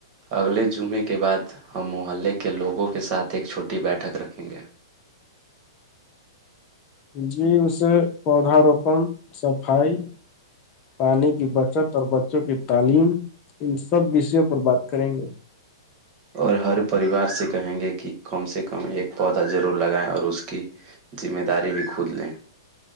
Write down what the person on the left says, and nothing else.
جی اسے پودا روپن صفائی پانی کی بچت اور بچوں کی تعلیم ان سب وشیوں پر بات کریں گے